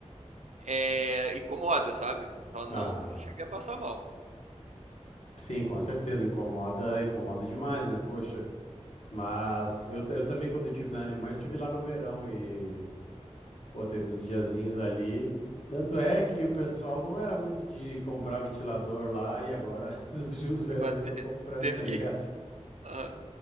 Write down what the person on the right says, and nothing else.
é, incomoda, sabe? Só não
cheguei a passar mal.
Agora
te-
teve
que. <laughs> Aham.